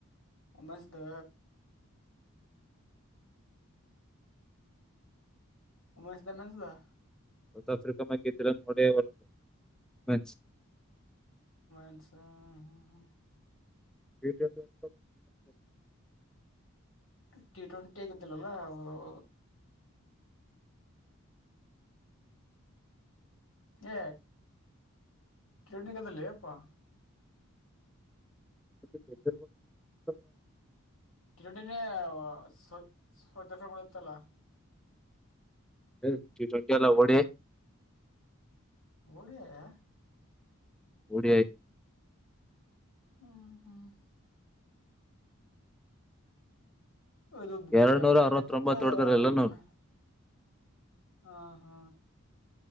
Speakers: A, on the left; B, in the centre.
A: ಉಮಸ್ದ. <inaudible> ಉಮಸ ದನ ಸಾ. <inaudible>
B: ಸೌತ್ ಆಫ್ರಿಕಾ ಮ ಇದ್ರ ಒಡೇ ಒ ಮ. <unintelligible>
A: ಅಸ ಹಾ ಹಾ. <inaudible>
B: <inaudible>
A: ಟಿ ಟ್ವೆಂಟಿ ಆಗಿದ್ದಿಲ್ಲಲ್ಲ ಹದ. ಹ ಚಂಡಿ ಕತೆ ಲೆಪ್ಪ. <inaudible>
B: ಬ <inaudible>
A: <unintelligible> ಕೊಡತ್ತಲ್ಲ.
B: <inaudible> ವೆಂಟಿ ಅಲ್ಲ ಒಡಿ <inaudible>
A: ಒಡೆಯಾ.
B: O D I.
A: ಹ್ಮ ಹ್ಮ್. ಇದು
B: ಎರಡ್
A: ಬ್ಯಾಕ್
B: ನೂರ
A: ಟು ಬ್ಯಾಕ್
B: ಅರವತ್ತೊಂಬತ್ತು
A: ಹತ್ತಿದ್ದ
B: ಹೊಡೆದ್ರ ಎಲ್ಲಾನು
A: ಒಮ್ಮ. ಹಾ ಹಾ.